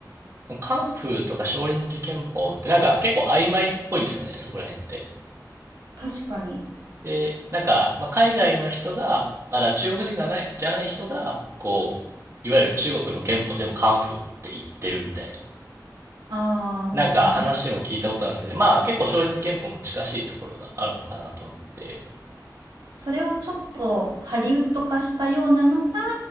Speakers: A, on the right; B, on the right.
A: そのカンフーとか少林寺拳法ってなんか結構曖昧っぽいんですよね、そこら辺って。
B: 確かに。
A: で、なんか、まあ、海外の人が、まだ中国人がない、じゃない人が、こう、いわゆる中国の憲法全部カンフーって言ってるみたいな。
B: ああ、
A: なんか話も聞いたことあるので、
B: なる
A: まあ結構少林憲法も近しいところがあるのかなと思って。
B: それをちょっとハリウッド化したようなのが、